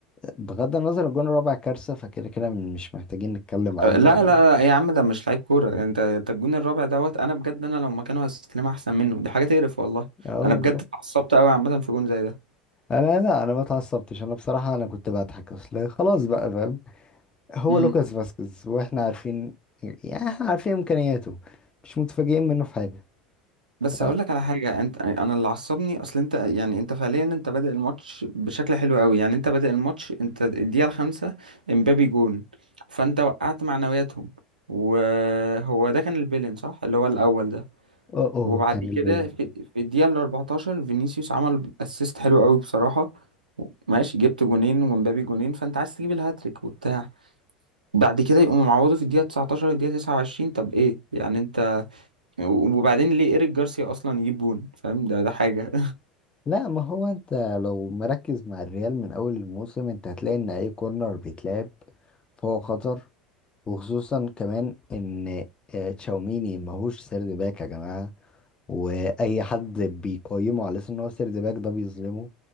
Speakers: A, on the left; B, on the right.
A: بغض النظر الجون الرابع كارثة فكده كده مش محتاجين نتكلم عنه
B: لا لا
A: يعني
B: لا يا عم ده مش لعيب كورة انت انت الجون الرابع دوت انا بجد انا لو مكانه هستلمها احسن منه دي حاجة تقرف والله
A: اه والله
B: انا بجد اتعصبت قوي عامة في جون زي ده
A: انا لا انا ما اتعصبتش انا بصراحة انا كنت بضحك اصل خلاص بقى فاهم هو
B: امم
A: لوكاس فاسكيز واحنا عارفين يعني احنا عارفين امكانياته مش متفاجئين منه في حاجة ف
B: بس هقول لك على حاجة انت انا اللي عصبني اصل انت يعني انت فعليا انت بادئ الماتش بشكل حلو قوي يعني انت بادئ الماتش انت الدقيقة الخامسة امبابي جون فانت وقعت معنوياتهم وهو ده كان البيلين صح اللي هو الاول ده
A: اوه أوه،
B: وبعد
A: كان
B: كده
A: البيل
B: في, في الدقيقة ال 14 فينيسيوس عمل اسيست حلو قوي بصراحة ماشي جبت جونين ومبابي جونين فانت عايز تجيب الهاتريك وبتاع بعد كده يقوموا معوضوا في الدقيقة 19 الدقيقة 29 طب ايه يعني انت وبعدين ليه ايريك جارسيا اصلا يجيب جون فاهم ده ده حاجة
A: لا ما هو انت لو مركز مع الريال من اول الموسم انت هتلاقي ان اي كورنر بيتلعب فهو خطر وخصوصا كمان ان آه، تشاوميني ماهوش سرد باك يا جماعة واي حد بيقيمه على اساس ان هو سيرد باك ده بيظلمه